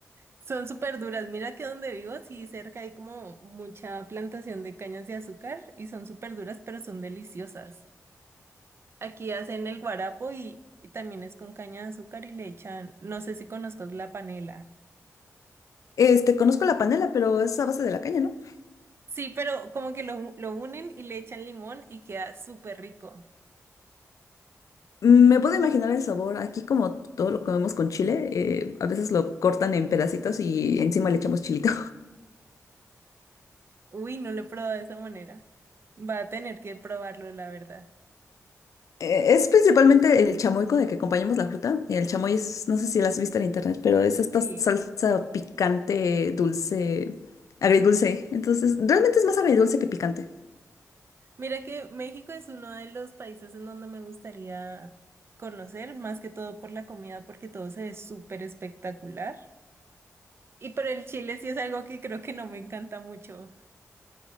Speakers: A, on the right; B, on the left.
A: son súper duras. Mira que donde vivo, sí, cerca hay como mucha plantación de cañas de azúcar y son súper duras, pero son deliciosas. Aquí hacen el guarapo y, y también es con caña de azúcar y le echan, no sé si conozcas la panela.
B: Este, conozco la panela, pero es a base de la caña, ¿no?
A: Sí, pero como que lo, lo unen y le echan limón y queda súper rico.
B: Me puedo imaginar el sabor. Aquí como todo lo comemos con chile, eh, a veces lo cortan en pedacitos y encima le echamos chilito.
A: Uy, no lo he probado de esa manera. Va a tener que probarlo, la verdad.
B: Eh, Es principalmente el chamoy con el que acompañamos la fruta. El chamoy es, no sé si la has visto en internet, pero es esta
A: Sí.
B: salsa picante, dulce, agridulce. Entonces, realmente es más agridulce que picante.
A: Mira que México es uno de los países en donde me gustaría conocer, más que todo por la comida, porque todo se ve súper espectacular. Y pero el chile sí es algo que creo que no me encanta mucho.